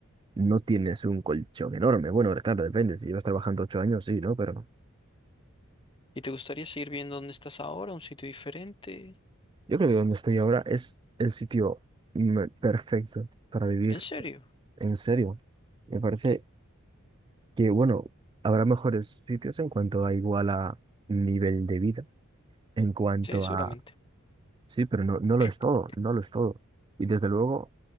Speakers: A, on the right; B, on the left.
A: no tienes un colchón enorme. Bueno, claro, depende, si llevas trabajando 8 años, sí, ¿no? Pero
B: ¿Y te gustaría seguir viendo dónde estás ahora, un sitio diferente?
A: yo creo que donde estoy ahora es el sitio mm, perfecto para vivir,
B: ¿En serio?
A: en serio. Me parece
B: Tío.
A: que bueno, habrá mejores sitios en cuanto a igual a nivel de vida, en cuanto
B: Sí, seguramente.
A: a... Sí, pero no, no lo
B: <clears throat>
A: es todo, no lo es todo. Y desde luego